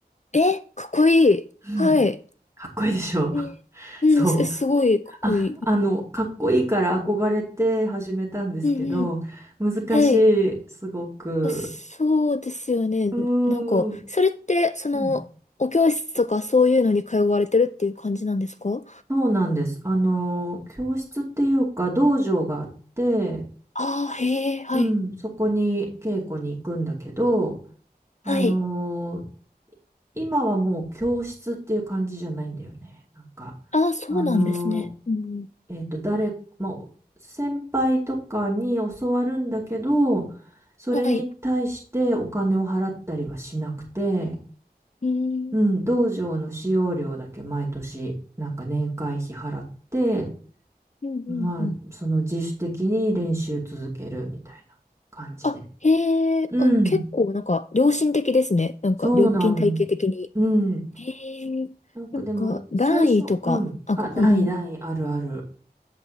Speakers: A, on the left; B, on the right.
A: え、かっこいい。
B: うん
A: はい。
B: かっこいいでしょ
A: えーうん、
B: <laughs> そう。
A: す、すごい、かっこいい。
B: あ、あの、かっこいいから憧れて始めたんですけど、
A: うんうん。
B: 難し
A: はい。
B: い、すごく。
A: あ、そうですよね。
B: うーん。
A: なんか、それって、その、
B: うん
A: お教室とかそういうのに通われてるっていう感じなんですか
B: そうなんです。あの、教室っていうか、道場があって、
A: ああー、へえ、はい。
B: うん、そこに稽古に行くんだけど、あのー
A: はい。
B: 今はもう教室っていう感じじゃないんだよね。なんか、
A: ああ、そうなんですね。
B: あの
A: うんうん。
B: ーえっと、誰、まあ、先輩とかに教わるんだけど、それに対してお金を払ったりはしなくて、
A: はい。うーん、
B: うん、道場の使用料だけ毎年、なんか年会費払って、
A: うん、
B: まあ、
A: うん、うん。
B: その自主的に練習続けるみたいな感じで。
A: あ、へえ、
B: うん、
A: あ、結構なんか良心的ですね。なんか料金体系的に。
B: そうなの。うん
A: へえ、
B: なんかでも、
A: なんか段位とか、
B: 最初、うん。
A: あ、
B: あ、
A: ごうんうん。
B: 代々あるある。